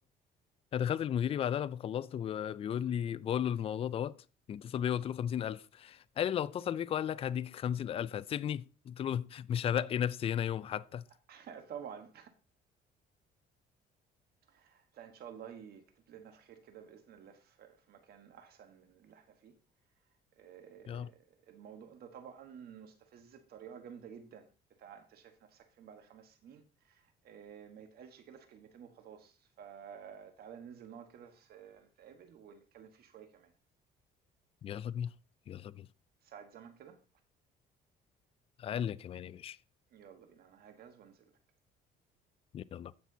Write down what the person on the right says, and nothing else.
<laughs> طبعا <laughs> لا ان شاء الله يكتب لنا الخير كده باذن الله في في مكان احسن من اللي احنا فيه آه،
الموضوع ده طبعا مستفز بطريقة جامدة جدا بتاع انت شايف نفسك فين بعد خمس سنين آه، ما يتقالش كده في كلمتين وخلاص فتعالى ننزل نقعد كده في- نتقابل ونتكلم فيه شوية كمان
ساعة زمن كده
يلا بينا انا هجهز وانزل لك